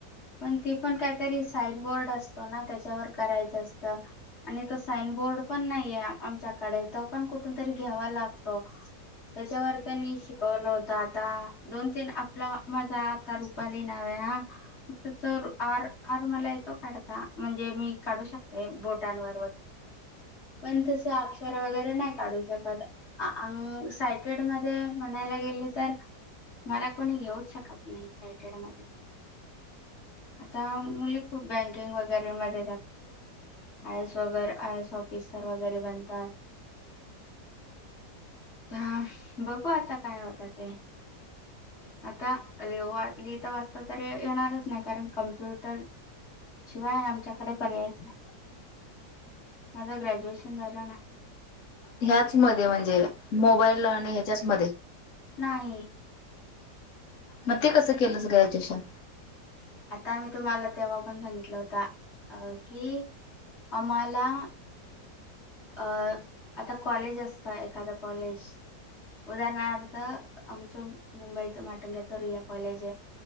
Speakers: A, on the left; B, on the left.
A: પણ તી પણ કઈ તરી સાઈન બોર્ડતો ના તે પર કરાાય છેત. અને તો સાઈન બોર્ડ પણ નહી આમ કડ તો પણ કુઠુ તરી ઘેવા લાગતો. તે વ તેની શિકવલોતા આતા દોન તન આપલા માજા આતા રૂ પલીનાાવ્યા ફક્ત સર આર આર મલા એ તો કઢતાજ મી કઢુ શકતે બોટા વ પણ અક્ષ વગે ના ક શકત અ સાયટેડ મ મનાલા ગેલે ત મરા કોની ઘવ જ શકત ન એક્સાઇટેડ મ આ મુલી ખૂબ બ બેંકિંગ વગેરે મ જ આઈ એસ વગર આઈ એસ ઓફિસર વગેરે બનત હ બગું આ કઈ હોતા, તે આ લ લિતા વાસતા ત્યારે એના જ ન કારણ કમ્પ્યુટર શિવાય આમચ કડ પર્યાય છે. માધા ગ્રેજ્યુએશન લા ના
B: હ્યાચ મજે મોબાઈલ લ અને હે મ
A: નહી
B: મ તે કસ કેલ ગ્ર્રેજ્યુએશન
A: આ તુમલા તેવા પણ સંગિતલાતા અ કે અમાલા અ આ કલેજતા એાદા કલેજ ઉદાહરણથ આમચ મુુંબઈ માટુંંગ્યા તો રૂયા કલેજે